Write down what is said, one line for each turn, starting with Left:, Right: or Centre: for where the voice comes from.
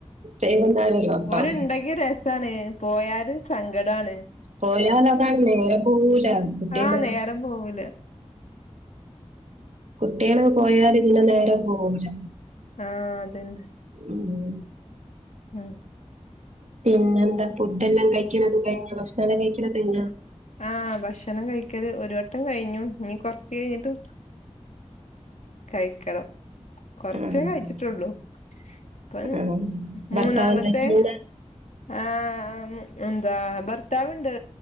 Right: വെയ്ക്കുന്നെരം കുന്നരരുോട്ടം
Left: ഓല് ഇണ്ടെങ്കി രസാണ് പോയാല് സങ്കടാണ്
Right: പോയാല അതാണ് ഓരെ പോവല കുട്ടികള്
Left: ആഹ് നേരം പോവൂല
Right: കുട്ടികൾ പോയല് പിന്നെ നേരെ പോകില്ല
Left: ആഹ് അതന്നെ
Right: ഉം
Left: ഉം
Right: പിന്നെ എന്താ ഫുഡ് എല്ലാം കഴിക്കണ് കഴിഞ്ഞോ ഭക്ഷണം കഴിക്കൽ കഴിഞ്ഞോ
Left: ആഹ് ഭക്ഷണം കഴിക്കരു ഒരു വട്ടം കഴിഞ്ഞു നീ കൊറച്ച് കഴിഞ്ഞിട്ട് കഴിക്കണം കൊറച്ചേ
Right: ആ
Left: കഴിച്ചിട്ടുള്ളൂ പ
Right: ആ
Left: മൂന്നാമത്തെ
Right: ഭർത്താവ് എന്താ ചെയ്യുന്നെ
Left: ആ എന്താ ഭർത്താവ്ണ്ട്